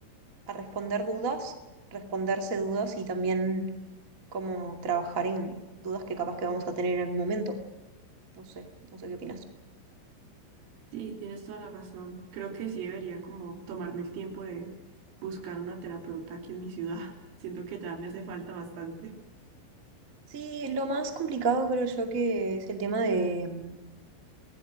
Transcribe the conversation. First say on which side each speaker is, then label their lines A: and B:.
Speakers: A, on the right; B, on the right.
A: a responder dudas, responderse dudas y también como trabajar en dudas que capaz que vamos a tener en algún momento. No sé, no sé qué opinas.
B: Sí, tienes toda la razón. Creo que sí debería como tomarme el tiempo de buscar una terapeuta aquí en mi ciudad. <laughs> Siento que ya me hace falta bastante.
A: Sí, lo más complicado creo yo que es el tema de mm,